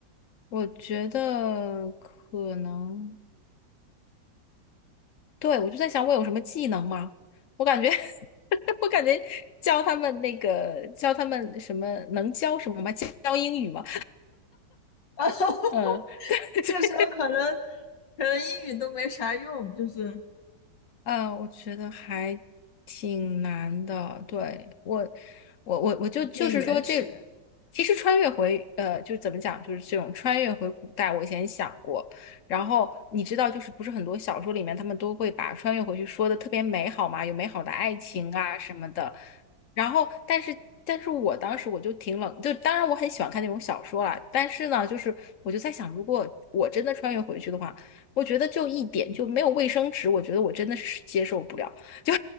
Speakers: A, on the left; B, on the left.
A: 我觉得可能，对，我就在想我有什么技能吗？我感觉 <laughs> 我感觉教他们那个教他们什么能教什么吗？教英语吗？
B: <laughs>
A: 嗯，<laughs>
B: 那时候可能可能英语都没啥用，就是。
A: 嗯，我觉得还挺难的。对，我，我，我，我就就是说这，
B: 偏原始。
A: 其实穿越回呃，就是怎么讲，就是这种穿越回古代，我以前想过。然后你知道，就是不是很多小说里面他们都会把穿越回去说的特别美好嘛，有美好的爱情啊什么的。然后，但是，但是我当时我就挺冷，就当然我很喜欢看那种小说啦，但是呢，就是我就在想，如果我真的穿越回去的话。我觉得就一点就没有卫生纸，我觉得我真的是接受不了。<laughs> 就